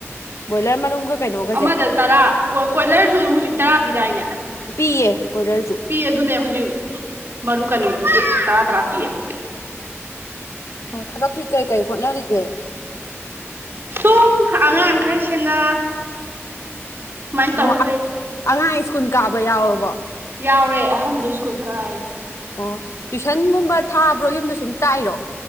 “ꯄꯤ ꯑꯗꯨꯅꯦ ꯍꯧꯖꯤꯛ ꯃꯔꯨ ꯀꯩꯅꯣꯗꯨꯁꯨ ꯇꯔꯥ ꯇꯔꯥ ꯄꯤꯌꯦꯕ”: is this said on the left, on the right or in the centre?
Right